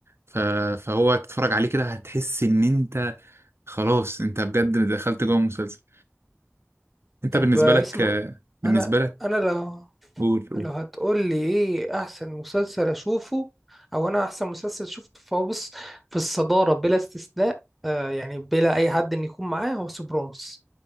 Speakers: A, on the right; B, in the centre.
A: ف... فهو تتفرج عليه كده هتحس ان انت خلاص انت بجد دخلت جوه المسلسل انت
B: طب
A: بالنسبة
B: اسمه
A: لك آه،
B: إيه؟
A: بالنسبة
B: انا
A: لك
B: انا لو
A: قول قول
B: لو هتقول لي ايه احسن مسلسل اشوفه او انا احسن مسلسل شفته فهو بص في الصدارة بلا استثناء آه يعني بلا اي حد ان يكون معاه هو سوبرانوس